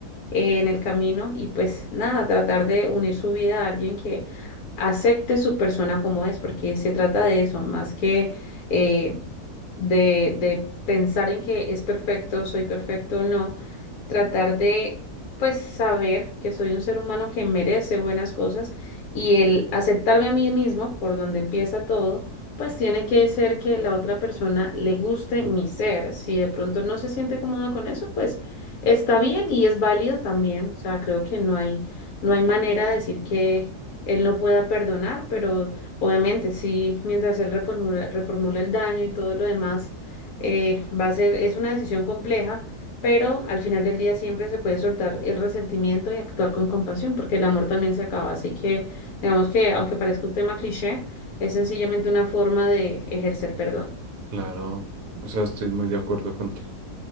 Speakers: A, on the left; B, on the right.
A: eh, en el camino y pues nada, tratar de unir su vida a alguien que acepte su persona como es, porque se trata de eso, más que eh, de, de pensar en que es perfecto, soy perfecto o no tratar de, pues, saber que soy un ser humano que merece buenas cosas y el aceptarme a mí mismo, por donde empieza todo, pues tiene que ser que la otra persona le guste mi ser. Si de pronto no se siente cómoda con eso, pues está bien y es válido también. O sea, creo que no hay, no hay manera de decir que él no pueda perdonar, pero obviamente sí, mientras él reformula, reformula el daño y todo lo demás, eh, va a ser, es una decisión compleja pero al final del día siempre se puede soltar el resentimiento y actuar con compasión, porque el amor también se acaba. Así que digamos que, aunque parezca un tema cliché, es sencillamente una forma de ejercer perdón.
B: Claro, o sea, estoy muy de acuerdo contigo.